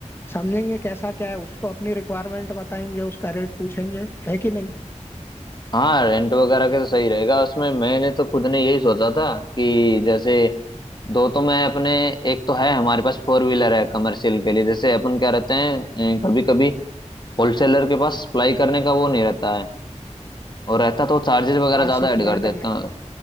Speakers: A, on the left; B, on the left.
A: समझेंगे कैसा क्या है उसको अपनी रिक्वायरमेंट बताएंगे उसका रेट पूछेंगे है कि नहीं
B: हाँ रेंट वगैरह के तो सही रहेगा उसमें मैंने तो खुद ने यही सोचा था कि जैसे दो तो मैं अपने एक तो है हमारे पास फोर व्हीलर है कमर्शियल के लिए जैसे अपन क्या रहते हैं कभी कभी होलसेलर के पास सप्लाई करने का वो नहीं रहता है और रहता तो चार्जेस वगैरह
A: हाँ
B: ज्यादा
A: सप्लाई
B: ऐड कर
A: करने
B: देता
A: के
B: है